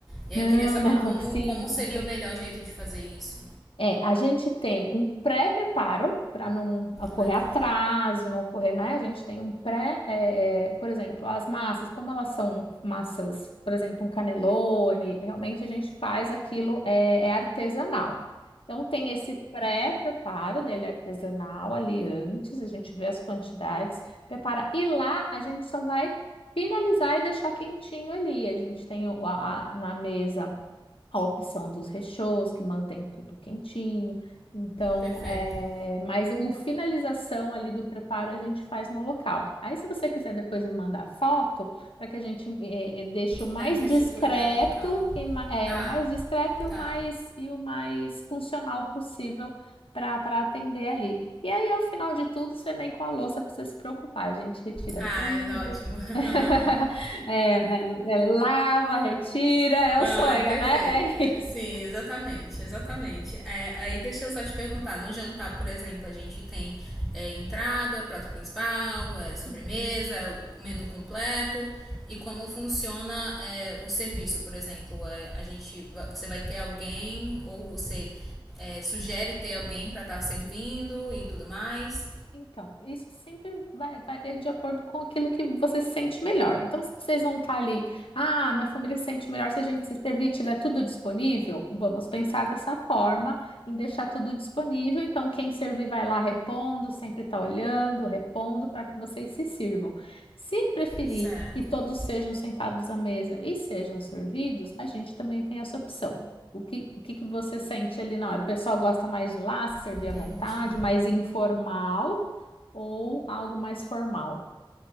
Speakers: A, in the centre; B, on the left.
A: E
B: Não,
A: aí eu queria saber
B: não,
A: como,
B: <laughs> sim,
A: como
B: sim.
A: seria o melhor jeito de fazer isso.
B: É, a gente tem um pré-preparo para não ocorrer
A: Legal.
B: atraso, não ocorrer, né? A gente tem um pré, é, é, por exemplo, as massas, como elas são massas, por exemplo, um canelone, realmente a gente faz aquilo, é, é artesanal. Então tem esse pré-preparo dele artesanal ali antes, a gente vê as quantidades, prepara, e lá a gente só vai finalizar e deixar quentinho ali. A gente tem o- a, a- na mesa a opção dos recheios, que mantém tudo quentinho. Então,
A: Perfeito.
B: é... mas o finalização ali do preparo a gente faz no local. Aí, se você quiser depois me mandar foto, para que a gente é, é, deixe o mais
A: Da infraestrutura,
B: discreto
A: né? Do local.
B: e ma- é,
A: Ah,
B: o mais discreto e o
A: tá.
B: mais e o mais funcional possível para para atender ali. E aí, ao final de tudo, você nem com a louça precisa se preocupar. A gente retira
A: Ah,
B: tudo.
A: é ótimo. <laughs>
B: <laughs> É, é, é lava, retira, é
A: Ai,
B: o sonho,
A: perfeito.
B: né? É isso.
A: Sim, exatamente, exatamente. É, aí deixa eu só te perguntar, no jantar, por exemplo, a gente tem é, entrada, prato principal, é, sobremesa,
B: Uhum.
A: o menu completo e como funciona é, o serviço, por exemplo, é, a gente, va- você vai ter alguém ou você é, sugere ter alguém para estar servindo e tudo mais.
B: Então, isso sempre vai, varia de acordo com aquilo que você se sente melhor. Então, se vocês vão estar ali, ah, minha família se sente melhor se a gente se servir e tiver tudo disponível, vamos pensar dessa forma em deixar tudo disponível. Então, quem servir vai lá repondo, sempre está olhando, repondo para que vocês se sirvam. Se preferir
A: Certo.
B: que todos sejam sentados à mesa e sejam servidos, a gente também tem essa opção. O que, o que que você sente ali na hora? O pessoal gosta mais de lá, se servir
A: Entendi.
B: à vontade, mais informal ou algo mais formal?